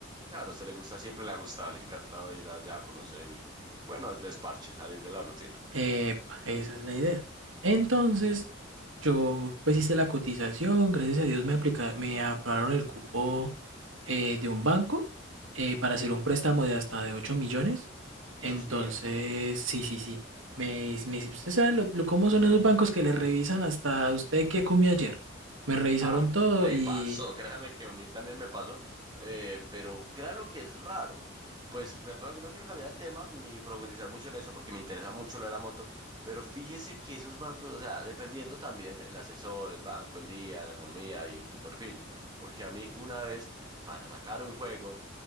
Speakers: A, on the right (about 20°); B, on the right (about 85°).
A: Claro, a usted le gusta, siempre le ha gustado, <laughs> le ha encantado ir allá a conocer y, y bueno, el desparche, salir de la rutina.
B: Epa, esa es la idea. Entonces, Yo pues hice la cotización, gracias a Dios me aplica- me aprobaron el cupo eh, de un banco eh, para hacer un préstamo de hasta de 8 millones.
A: Dios
B: Entonces,
A: mío.
B: sí, sí, sí. Me, me- usted sabe lo, lo- cómo son esos bancos que le revisan hasta usted qué comió ayer. Me revisaron
A: Ah,
B: todo
A: me
B: y
A: pasó, <laughs> créame que a mí también me pasó, eh, pero crea lo que es raro. Pues perdón, no quiero cambiar el tema ni profundizar mucho en eso porque me interesa mucho lo de la moto, pero fíjese que esos bancos, o sea, dependiendo también el asesor, el banco, el día, la economía y tu perfil, porque a mí una vez, para sacar un juego,